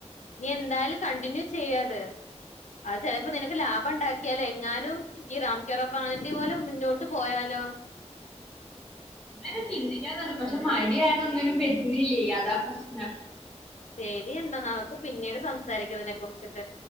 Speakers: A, on the left (about 85°); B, in the centre.
A: നീ എന്തായാലും കണ്ടിന്യൂ ചെയ്യത് അഹ് ചെലപ്പോ നിനക്ക് ലാഭം ഉണ്ടാക്കിയാലെങ്ങാനും ഈ റാംക്കിറോപ്പാന്റ് പോലും മുന്നോട്ട് പോയാലോ
B: അങ്ങനെ ചിന്തിക്കായിരുന്നു പക്ഷെ മടി കാര്ണം ഒന്നിനും പറ്റെണില്ലേ അതാ പ്രശ്നം
A: ശരി എന്നാ നമുക്ക് പിന്നീട് സംസാരിക്കാ ഇതിനെ കുറിച്ചിട്ട്